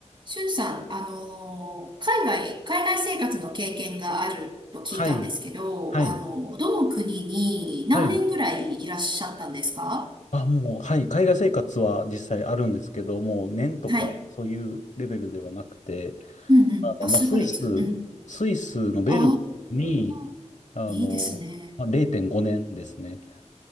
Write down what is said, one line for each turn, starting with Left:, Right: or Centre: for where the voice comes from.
Right: しゅんさん、あの海外、海外生活の経験があると聞いたんですけど、
Left: はい、はい、
Right: あのどの国に何年ぐらいいらっしゃったんですか
Left: はい。あ、もう、はい。海外生活は実際あるんですけど、もう年とかそういうレベルではなくて、
Right: はい。うんうん。
Left: あの、
Right: あ、数ヶ月。
Left: まあ、スイス、
Right: うん。
Left: スイスのベルンに、
Right: ああ、
Left: あの、
Right: いいですね。
Left: まあ、0.5年ですね。